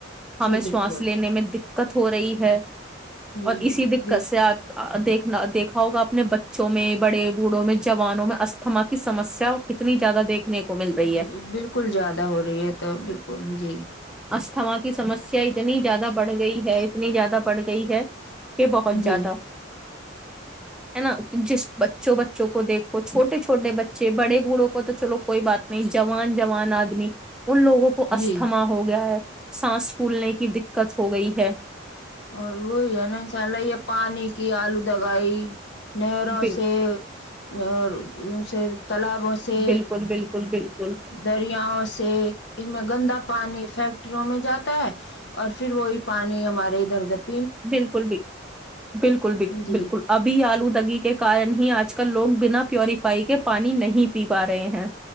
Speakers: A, in the centre; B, on the left.
A: ہمیں
B: جی
A: سواس
B: بالکل
A: لینے میں دقت ہو رہی ہے
B: جی
A: اور اسی دقت
B: جی
A: سے آپ دیکھنا دیکھا ہوگا اپنے بچوں میں بڑے بوڑھوں میں جوانوں میں استھما کی سسیا کتنی زیادہ دیکھنے کو مل رہی
B: ج
A: ہے
B: بالکل زیادہ ہو رہی ہے تو بالکل جی
A: تھاں کی سسیا اتنی زیادہ بڑھ گئی ہے اتنی زیادہ بڑھ گئی ہے یہ بہت
B: جی
A: زیادہ ہے نا جس بچوں بچوں کو دیکھو چھوٹے چھوٹے بچے بڑے بوڑھوں کو تو چلو کوئی بات نہیں جوان جوان آدمی ان لوگوں کو استھما
B: جی
A: ہو گیا ہے سانس پھولنے کی دقت ہو گئی ہے
B: اور وہی ہے نا ان شاء اللہ یہ پانی کی آلو دگائی نہروں
A: بال
B: سے اور ان سے تالابوں سے
A: بالکل بالکل بالکل
B: دریاؤں سے اس میں گندا پانی فیک ٹروں میں جاتا ہے اور پھر وہی پانی ہمارے رورت
A: بالکل بالکل بالکل بالکل
B: جی
A: بالکل ابھی آلو دگی کے کارن ہی آج کل لوگ بنا پیوریفائی کے پانی نہیں پی پا رہے ہیں